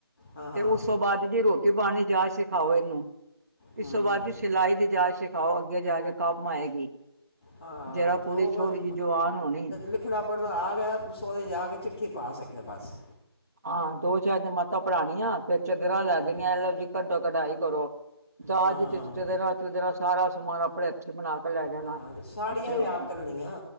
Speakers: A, on the left; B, on the right.
A: ਹਾਂ ਹਾਂ
B: ਤੇ ਉਸ ਤੋਂ ਬਾਅਦ ਵੀ ਟਿਵਾਣੀ ਜਾ ਸਿਖਾਓ ਇਹਨੂੰ
A: ਹੂੰ
B: ਇਸ ਤੋਂ ਬਾਅਦ ਦੀ ਸਿਲਾਈ ਦੀ ਜਾ ਖਾਓ ਅੱਗੇ ਜਾ ਕੇ ਕੰਮ ਆਏਗੀ
A: ਹਾਂ
B: ਜਰਾ ਕੁੜੀ
A: ਤੇ ਉਹ ਵਲ
B: ਥੋੜ੍ਹੀ ਜਿਹੀ ਜਵਾਨ ਹੋਣੀ।
A: ਲਿਖਣਾ ਪੜ੍ਹਵਾ ਗਿਆ ਸੋਰੇ ਜਾ ਕੇ ਚਿੱਠੀ ਪਾ ਸਕੇ ਬਸ
B: ਹਾਂ ਦੋ ਚਾਰ ਜਮਾਤਾਂ ਪਰਾਣੀਆਂ। ਫੇਰ ਚੱਦਰਾਂ ਲੈ
A: ਹਾਂ
B: ਦੇਣੀਆਂ ਐਲੋ ਜੀ ਕੱਢੋ। ਕਢਾਈ ਕਰੋ। ਦਾਜ
A: ਹਾਂ
B: ਚ ਚਦਰਾਂ ਚੁਦਰਾਂ ਸਾਰਾ ਸਮਾਨ ਆਪ ਪੜੇ ਹਥੀਂ ਬਣਾ ਕੇ ਲੈ ਜਾਣਾ
A: ਹਾਂ ਤੇ ਸਾੜੀਆਂ
B: ਤੇ ਉਹ
A: ਵੀ ਆਪ ਕਰਣੀਆਂ